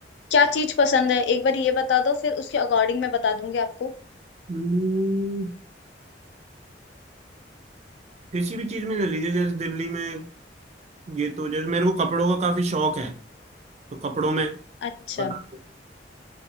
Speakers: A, on the left; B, on the right.
A: क्या चीज पसंद है एक बार ये बता दो फिर उसके अकॉर्डिंग मैं बता दूंगी आपको
B: हम्म, किसी भी चीज में ले लीजिए जैसे दिल्ली में ये तो जैसे मेरे को कपड़ों का काफी शौक है तो कपड़ों में
A: अच्छा
B: बता दो